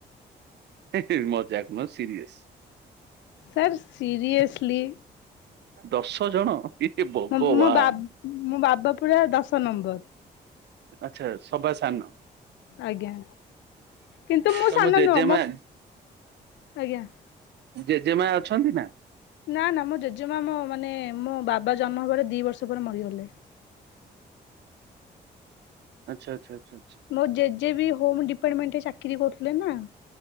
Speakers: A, on the right; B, on the left.
A: ହିଁ ହିଁ ମଜାକ୍ ନୁହଁ ସିରିୟସ।
B: Sir seriously.
A: ଦଶ ଜଣ ଏ ଭଗବାନ।
B: ମୋ ମୋ ବା ମୋ ବାବା ପୁରା ଦଶ ନମ୍ବର।
A: ଆଚ୍ଛା ସବା ସାନ।
B: ଆଜ୍ଞା, କିନ୍ତୁ ମୁଁ
A: ତମ
B: ସାନ
A: ଜେଜେମା
B: ନୁହଁ ମୋ, ଆଜ୍ଞା।
A: ଜେଜେମା ଅଛନ୍ତି ନା?
B: ନା ନା ମୋ ଜେଜେମା ମୋ ମାନେ ମୋ ବାବା ଜନ୍ମ ହେବାର ଦି ବର୍ଷ ପରେ ମରିଗଲେ।
A: ଆଚ୍ଛା, ଆଚ୍ଛା, ଆଚ୍ଛା, ଆଚ୍ଛା।
B: ମୋ ଜେଜେ ବି ହୋମ୍ ଡିପାର୍ଟମେଣ୍ଟରେ ଚାକିରି କରୁଥିଲେ ନା।